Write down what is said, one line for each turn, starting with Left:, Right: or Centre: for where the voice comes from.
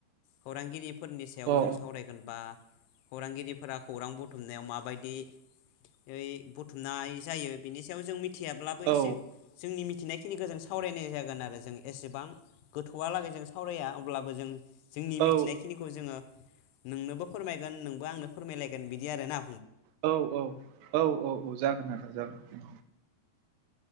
Left: खौरांगिरि फोरनि सायाव
Right: औ
Left: जों सावरायगोन बा खौरांगिरिफोरा खौरां बुथुमनायाव माबायदि ओइ बुथुमनाय जायो बिनि सायाव जों मिथ मिथियाब्लाबो एसे
Right: अ औ
Left: जोंनि मि थिनाय खिनिखौ जों सावरायनाय जागोन आरो जों एसेबां गोथौआलागै जों सावराया अब्लाबो जों जोंनि मिथिनायखिनिखौ
Right: औ
Left: जोङो नोंनोबो फोरमायगोन नों बो आंनो फोरमायलायगोन बिदि आरो ना।
Right: औ औ औ औ औ जागोन आदा जागोन।